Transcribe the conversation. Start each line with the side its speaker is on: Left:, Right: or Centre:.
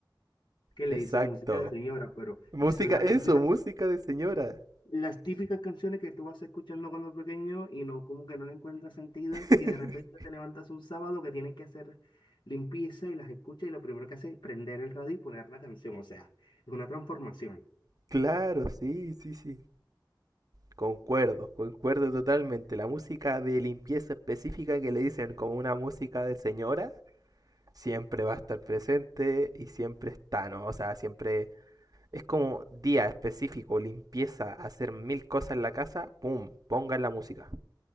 Left: que le
Right: exacto.
Left: dicen música de señora, pero
Right: Música,
Left: y son las
Right: eso,
Left: típicas
Right: música de señora.
Left: Las típicas canciones que tú vas escuchando cuando pequeño y no, como que no le encuentras sentido
Right: <laughs>
Left: y de repente te levantas un sábado que tienen que hacer limpieza y las escuchas y lo primero que haces es prender el radio y poner la canción, o sea, es una transformación.
Right: Claro, sí, sí, sí. Concuerdo, concuerdo totalmente. La música de limpieza específica que le dicen como una música de señora siempre va a estar presente y siempre está, ¿no? O sea, siempre es como día específico, limpieza, hacer mil cosas en la casa, ¡pum! Pongan la música,